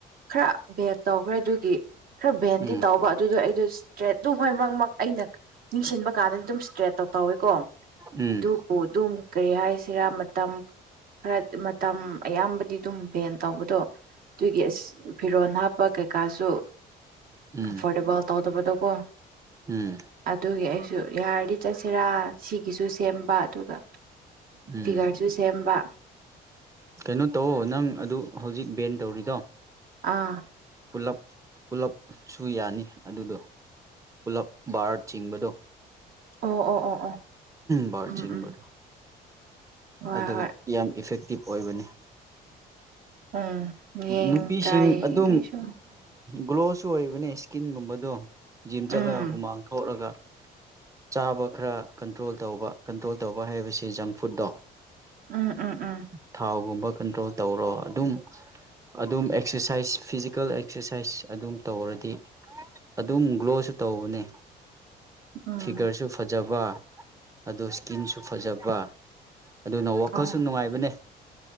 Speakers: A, on the right (about 60°); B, on the right (about 20°).
A: ꯈꯔ ꯚꯦꯟ ꯇꯧꯈ꯭ꯔꯦ ꯑꯗꯨꯒꯤ ꯈꯔ ꯕꯦꯟꯗꯤ
B: ꯎꯝ
A: ꯇꯧꯕ ꯑꯗꯨꯗꯣ ꯑꯩꯗꯣ ꯏꯁꯇ꯭ꯔꯦꯠ ꯅꯨꯡ ꯍꯣꯏ ꯃꯔꯛ ꯑꯩꯅ ꯅꯤꯡꯁꯤꯡꯟꯕ ꯀꯥꯟꯗꯗꯤ ꯑꯗꯨꯝ ꯏꯁꯇ꯭ꯔꯦꯠ ꯇꯧ ꯇꯧꯋꯦꯀꯣ
B: ꯎꯝ
A: ꯑꯗꯨꯕꯨ ꯑꯗꯨꯝ ꯀꯔꯤ ꯍꯥꯏꯁꯤꯔꯥ ꯃꯇꯝ ꯈꯔ ꯃꯇꯝ ꯑꯌꯥꯝꯕꯗꯤ ꯑꯗꯨꯝ ꯚꯦꯟ ꯇꯧꯕꯗꯣ ꯑꯗꯨꯒꯤ ꯑꯁ ꯐꯤꯔꯣꯜ ꯍꯥꯞꯄ ꯀꯩꯀꯥꯁꯨ
B: ꯎꯝ ꯎꯝ
A: ꯀꯝꯐꯣꯔꯇꯦꯕꯜ ꯇꯧ ꯠꯇꯄ ꯇ ꯀꯣ
B: ꯎꯝ
A: ꯑꯗꯨꯒꯤ ꯑꯩꯁꯨ ꯌꯥꯔꯗꯤ ꯆꯠꯁꯤꯔꯥ ꯁꯤꯒꯤꯁꯨ ꯁꯦꯝꯕ ꯑꯗꯨꯒ
B: ꯎꯝ
A: ꯐꯤꯒꯔꯁꯨ ꯁꯦꯝꯕ
B: ꯀꯩꯅꯣ ꯇꯧꯑꯣ ꯅꯪ ꯑꯗꯨ ꯍꯧꯖꯤꯛ ꯕꯦꯟ ꯇꯧꯔꯤꯗꯣ
A: ꯑꯥ
B: ꯄꯨꯞ ꯄꯨꯂꯞꯁꯨ ꯌꯥꯅꯤ ꯑꯗꯨꯗꯣ ꯄꯨꯂꯞ ꯕꯥꯔ ꯆꯤꯡꯕꯗꯣ
A: ꯑꯣ ꯑꯣ ꯑꯣ ꯑꯣ
B: ꯕꯥꯔ
A: ꯎꯝ
B: ꯆꯤꯡꯕꯗꯣ
A: ꯎꯝ ꯍꯣꯏ
B: ꯑꯗꯨ
A: ꯍꯣꯏ
B: ꯌꯥꯝ ꯏꯐꯦꯛꯇꯤꯞ ꯑꯣꯏꯕꯅꯤ
A: ꯎꯝ ꯌꯦꯡ
B: ꯅꯨꯄꯤꯁꯤꯡ
A: ꯇ꯭ꯔꯥꯏ
B: ꯑꯗꯨꯝ
A: ꯌꯦꯡꯒꯦꯁꯨ
B: ꯒ꯭ꯂꯣꯁꯨ ꯑꯣꯏꯕꯅꯦ ꯏꯁꯀꯤꯟꯒꯨꯝꯕꯗꯣ ꯖꯤꯝ ꯆꯠꯂꯒ
A: ꯎꯝ
B: ꯍꯨꯃꯥꯡ ꯊꯣꯛꯑꯒ ꯆꯥꯕ ꯈꯔ ꯀꯟꯇ꯭ꯔꯣꯜ ꯇꯧꯕ ꯀꯟꯇ꯭ꯔꯣꯜ ꯇꯧꯕ ꯍꯥꯏꯕꯁꯤ ꯖꯪ ꯐꯨꯗꯠꯇꯣ
A: ꯎꯝ ꯎꯝ ꯎꯝ
B: ꯊꯥꯎꯒꯨꯝꯕ ꯀꯟꯇ꯭ꯔꯣꯜ ꯇꯧꯔꯣ ꯑꯗꯨꯝ ꯑꯗꯨꯝ ꯑꯦꯛꯁꯔꯁꯥꯏꯁ ꯐꯤꯖꯤꯀꯦꯜ ꯑꯦꯛꯁꯔꯁꯥꯏꯁ ꯑꯗꯨꯝ ꯇꯧꯔꯗꯤ ꯑꯗꯨꯝ ꯒ꯭ꯂꯣꯁꯨ ꯇꯧꯕꯅꯦ
A: ꯎꯝ
B: ꯐꯤꯒꯔꯁꯨ ꯐꯖꯕ ꯑꯗꯨꯣ ꯏꯁꯀꯤꯟꯁꯨ ꯐꯖꯕ ꯑꯗꯨꯅ ꯋꯥꯈꯜꯁꯨ
A: ꯑꯥ
B: ꯅꯨꯡꯉꯥꯏꯕꯅꯦ